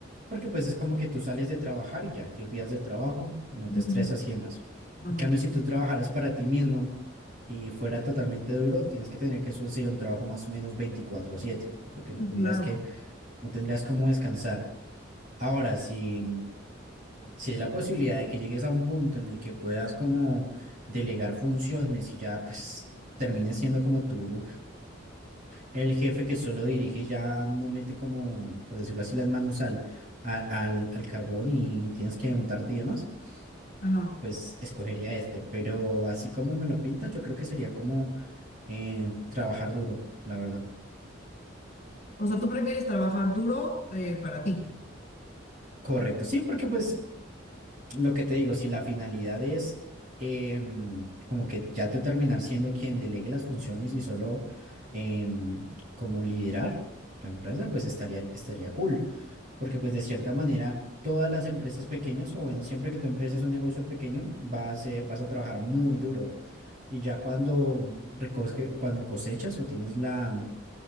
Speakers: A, on the right; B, on the left.
A: Porque pues es como que tú sales de trabajar y ya te olvidas del trabajo, no
B: Mm.
A: te estresas y demás.
B: ajá.
A: En cambio, si tú trabajaras para ti mismo y fuera totalmente duro, tienes que tener que subir un trabajo más o menos 24/7, por lo que no
B: Sí,
A: tendrías
B: claro.
A: que, no tendrías cómo descansar. Ahora, si si hay la posibilidad de que llegues a un punto en el que puedas como delegar funciones y ya pues termines siendo como tú el jefe que solo dirige y ya no mete como, por decirlo así, las manos al, a- al, al carbón y tienes que untarte y demás,
B: Ajá.
A: pues escogería este. Pero así como me lo pinta, yo creo que sería como eh, trabajar duro, la verdad.
B: O sea, tú prefieres trabajar duro eh, para ti.
A: Correcto, sí, porque pues Lo que te digo, si la finalidad es em, como que ya tú terminar siendo quien delegue las funciones y solo em, como liderar tu empresa, pues estaría, estaría cool. Porque pues de cierta manera, todas las empresas pequeñas, o bueno, siempre que tu empresa es un negocio pequeño, vas, eh, vas a trabajar muy duro. Y ya cuando recoge, cuando cosechas o tienes la,